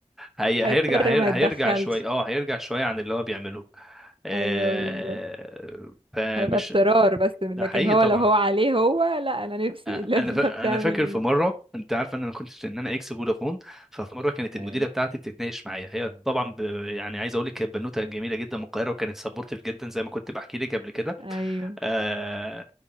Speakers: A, in the centre; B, on the right.
A: هي
B: هيضطر
A: هيرجع هير
B: ما
A: هيرجع
B: يتدخلش
A: شوي اه هيرجع شوية عن اللي هو بيعمله آه،
B: ايوه بالظبط
A: فمش
B: هيبقى اضطرار بس لكن
A: ده حقيقي
B: هو
A: طبعا
B: لو هو عليه هو لا انا نفسي
A: آه،
B: <laughs> اللي انت
A: انا فا...
B: بتعمل
A: انا فاكر
B: ايه
A: في مره انت عارف ان انا كنت ان انا اكس فودافون ففي مره كانت المديره
B: ايوه
A: بتاعتي بتتناقش معايا هي طبعا ب... يعني عايز اقول لك كانت بنوته جميله جدا من القاهره وكانت سبورتيف جدا زي ما كنت بحكي لك قبل كده
B: ايوه
A: آه